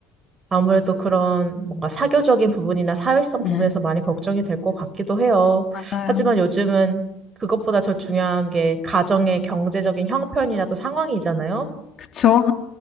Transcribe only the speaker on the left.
네.
맞아요.
그쵸?